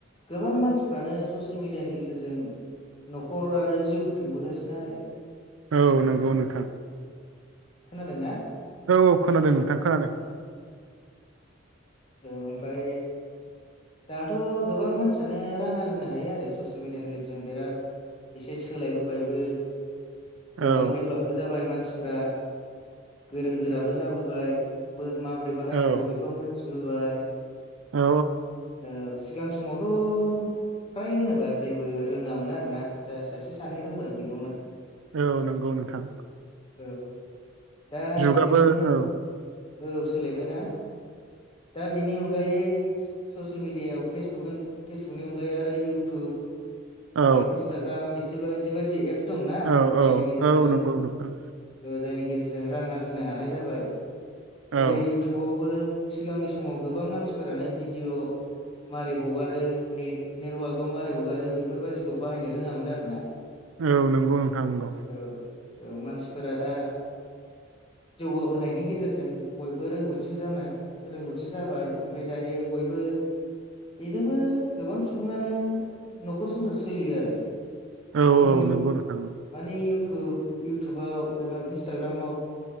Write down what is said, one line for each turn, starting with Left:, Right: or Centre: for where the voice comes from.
Left: गोबां मानसिफ्रानो ससियेल मिडियानि गेजेरजों। न'खर आरो जिउ खुंबोगासिनो आरो
Right: औ नंगौ नोंथां।
Left: खोनादों ना?
Right: औ औ खोनादों नोंथां खोनादों।
Left: ओमफ्राय दाथ' गोबां मानसियानो रां आरजिनो हायो आरो ससियेल मिडियानि गेजेरजों बिराद एसे सोलायबोबायबो गोबां
Right: औ
Left: देब्लपबो जाबाय मानसिफ्रा गोरों गोराबो जाबोबाय माबोरै बाहायनांगौ
Right: औ
Left: बेखौ मोनथिबोबाय।
Right: औ
Left: औ सिगां समावथ' फ्राय होनोबा जेबो रोङामोन आरो ना। जा सासे सानै रोंबाय बेल'मोन।‌
Right: औ नंगौ नोंथां
Left: औ दा
Right: जुगाबो
Left: बेजोंनो
Right: औ
Left: औ सोलायबाय ना? दा बिनि अनगायै ससियेल मिडियायाव फेसबुक फेसबुकनि अनगायै आरो इउटुब ओमफफ्राय
Right: औ
Left: इन्स्टाग्राम बिदि बायदि बायदि एप दंना
Right: औ
Left: जायनि
Right: औ
Left: गेजेरजों
Right: औ नंगौ नोंथां
Left: ओ जायनि गेजेरजों रां आरजिनो हानाय जाबाय जेरै
Right: औ
Left: इउटुबावबो सिगांनि समाव गोबां मानसिफोरानो भिडिअ' मारै हगारो नेट नेटवार्कआव मारोरै हगारो बेफोरबायाददिखौ बाहायनो रोङामोन आरो ना।
Right: औ नंगौ नोंथां नंगौ।
Left: औ औ मानसिफोरा दा जौगाहोनायनि गेजेरजों बयबो रोंगौथि जानो रोंगौथि जाबाय ओमफ्राय दायो बयबो बेजोंबो गोबां सुबुङानो न'खर संसार सोलियो आरो
Right: औ
Left: मानि
Right: औ नंगौ नोंथां
Left: मानेउटुब इउटुबाव एबा इन्स्टाग्रामाव